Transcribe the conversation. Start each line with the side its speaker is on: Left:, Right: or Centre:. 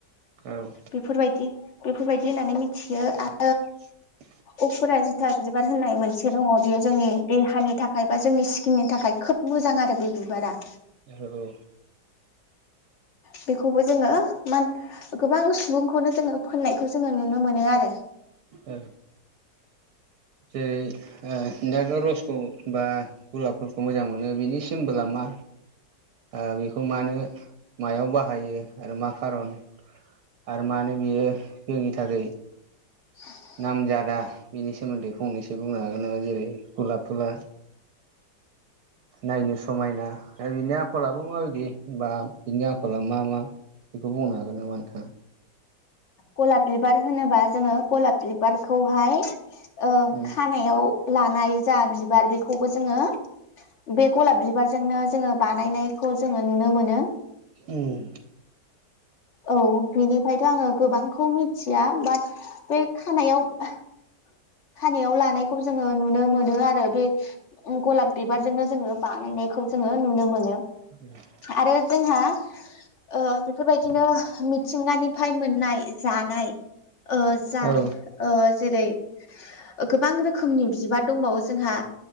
Right: औ
Left: बेफोरबायदि-बेफोरबायदि होननानै मिथियो आ
Right: <inaudible>
Left: उफुरा जिथा बिबार होननाय मोनसे दङ बेयो जोंनि देहानि थाखाय बा जोंनि स्किननि थाखाय खोब मोजां आरो बे बिबारा।
Right: औ
Left: बेखौबो जोङो मा गोबां सुबुंखौनो जोङो फोननायखौ जोङो नुनो मोनो आरो।
Right: ओ जेरै ओ नोंथाङाथ' रसखौ बा गुलाप फुलखौ मोजां मोनो बिनि सिमबोला मा। ओ बेखौ मानो मायाव बाहायो आरो मा खारन आरो मानो बियो जोंनि थाखाय
Left: <inaudible>
Right: नामजादा बेनि सोमोन्दै फंनैसो बुंनो हागोन नामा जेरै गुलाप फुला नायनो समायना आरो बिनि आखलाबो माबायदि बा बिनि आखला मा-मा बेखौ बुंनो हागोन नामा नोंथाङा?
Left: गलाब बिबार होनोबा जोङो गलाब बिबारखौहाय ओ
Right: उम
Left: खानायाव लानाय जा बिबार बेखौबो जोङो बे गलाब बिबारजोंनो जोङो बानायनायखौ जोङो नुनो मोनो।
Right: उम
Left: औ बिनिफायथ' आङो गोबांखौ मिथिया बाट बे खानायाव ओ खानायाव लानायखौ जोङो नुनो मोनो आरो बे उ गलाब बिबारजोंनो जोङो बानायनायखौ जोङो नुनो मोनो।
Right: उम
Left: आरो जोंहा ओ बेफोरबायदिनो मिथिंगानिफाय मोननाय जानाय ओ जा
Right: औ
Left: ओ जेरै गोबां रोखोमनि बिबार दंबावो जोंहा